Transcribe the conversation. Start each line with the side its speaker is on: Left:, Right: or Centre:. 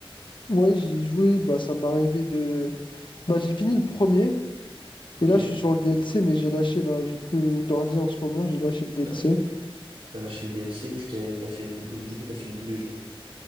Left: ouais, j'ai joué, bah ça m'est arrivé de. Bah j'ai fini le premier, et
Right: Ok.
Left: là je suis sur le DLC, mais j'ai lâché là, j'ai plus d'ordi en ce moment, j'ai lâché le DLC.
Right: T'as t'as lâché le DLC et tu t'es, t'as fait, t'as- donc du coup, t'as fini tous les jeux.